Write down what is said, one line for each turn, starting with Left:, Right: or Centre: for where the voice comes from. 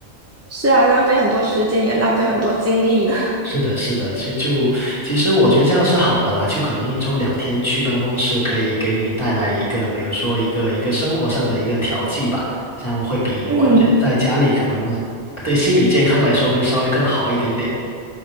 Right: 是啊，浪费很多时间也浪费很多精力呢。
Left: 是的，是的，其实就其实我觉得这样是好的啦，就可能一周两天去办公室，可以给你带来一个，比如说一个一个生活上的一个调剂吧，这样会比完全在家里可能对心理健康来说会稍微更好一点点。
Right: <laughs> 嗯。